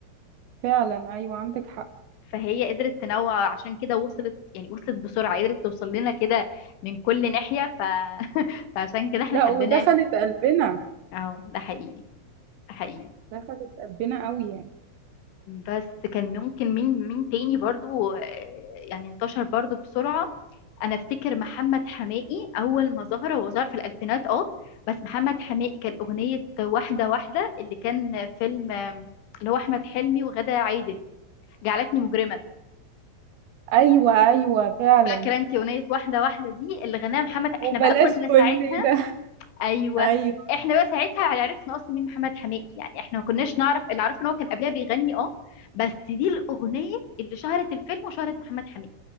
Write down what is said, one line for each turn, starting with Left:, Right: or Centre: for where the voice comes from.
Right: فعلا ايوه عندك حق
Left: فهي قدرت تنوع عشان كده وصلت يعني وصلت بسرعه قدرت توصل لنا كده من كل ناحيه ف... <laughs> فعشان كده احنا
Right: لا
Left: حبيناها
Right: ودخلت قلبنا
Left: اه ده حقيقي ده حقيقي
Right: دخلت قلبنا قوي يعني
Left: بس كان ممكن مين مين تاني برضو آه، يعني انتشر برضو بسرعة انا افتكر محمد حماقي اول ما ظهر هو ظهر في الالفينات اه بس محمد حماقي كان اغنية واحدة واحدة اللي كان فيلم آم، اللي هو احمد حلمي وغادة عادل جعلتني مجرما
Right: ايوه ايوه فعلا
Left: فاكرة انت اغنية واحدة واحدة دي اللي غناها محمد
Right: وبلاش
Left: احنا بقى كنا
Right: كل
Left: ساعتها
Right: ده
Left: ايوه
Right: ايوه
Left: احنا بقى ساعتها عرفنا اصلا مين محمد حماقي يعني احنا ما كناش نعرف اللي عرفنا ان هو كان قبلها بيغني اه بس دي الاغنيه اللي شهرت الفيلم وشهرت محمد حماقي